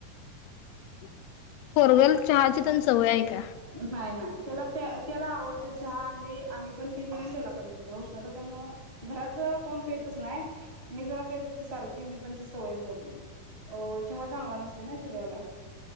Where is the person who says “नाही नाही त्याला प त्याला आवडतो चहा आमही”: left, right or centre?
Right